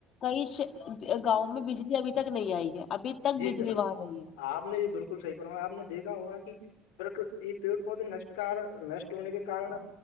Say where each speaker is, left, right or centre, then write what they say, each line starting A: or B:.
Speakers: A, on the left; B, on the left.
A: کئی شہ گاوں میں بجلی ابھی تک نہیں آئی ہے ابھی تک
B: جی
A: بجلی
B: جناب
A: وہاں نہیں ہے
B: آپ نے بھی بالکل صحیح فرمایا آپ نے دیکھا ہوگا کہ پرک یہ پیڑ پودے نش کارن نشٹ ہونے کے کارن